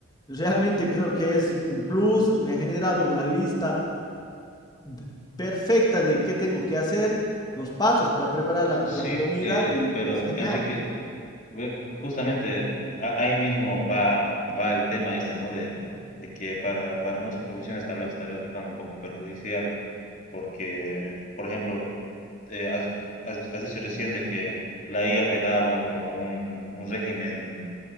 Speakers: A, on the left; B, on the left.
A: Realmente creo que es un plus, me ha generado una lista d- perfecta de qué tengo que hacer, los pasos para preparar
B: Sí,
A: la, la comida
B: eh,
A: y
B: pero
A: es genial.
B: Enrique, ve- justamente a- ahí mismo va, va el tema este, ¿no? De, de que para, para muchas profesiones tal vez está resultando un poco perjudicial, porque, por ejemplo, eh, has, has- has dicho recién de que la IA te da, bueno, como un, un régimen